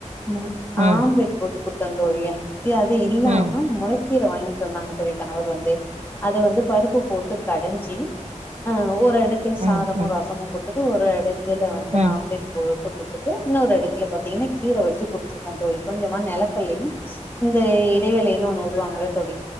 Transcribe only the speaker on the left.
ம்
ஆம்லேட் போட்டு குடுத்தன் தோழிய ஏ அது இல்லாம
மொளை கீர வாங்கிட்டு வந்தாங்க தோழி கணவர் வந்து அத வந்து பருப்பு போட்டு கடஞ்சி ஆ ஒரு எடத்துல
சாதமும்
ரசமும் கொ த்துரு ஒரு எட த்துல வந்து
ஆம்லேட் போட் டு குத்துட்டு இன்னொரு அடுக்குல பாத்தீங்கன்னா கீர வச்சி குடுத்து டன் தோழி கொஞ்சமா நெல கல்லயும் இந்த இடைவேளைன்னு ஒண்ணு உடுவாங்க இல்ல தோழி